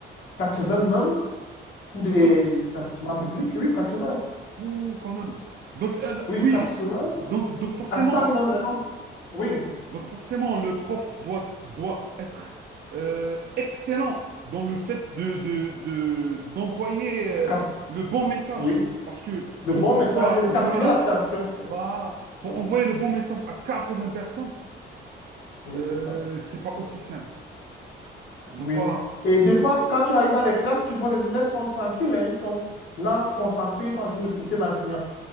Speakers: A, on the left; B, on the right.
A: 80 même pour des
B: 80?
A: établissements publics. Oui, 80.
B: Ouh, quand même. Donc, euh,
A: Oui,
B: oui.
A: 80
B: Donc, donc forcément,
A: à 100 même. hein, on- Oui,
B: Donc forcément, le prof doit, doit être euh, excellent dans le fait de, de- de- d'envoyer
A: de
B: euh,
A: cap-
B: le bon message.
A: oui,
B: Parce que
A: de
B: pour
A: bons
B: pouvoir,
A: messages et de captiver
B: voilà,
A: l'attention. Oui,
B: voilà, pour
A: oui,
B: envoyer le bon message à 80 personnes,
A: oui,
B: euh,
A: c'est ça.
B: c'est pas aussi simple.
A: Oui.
B: Donc voilà.
A: Et des
B: Si-
A: fois, quand tu arrives dans les classes, tu vois les élèves sont tranquilles, hein, ils sont là, concentrés, ils sont en train d'écouter l'enseignant.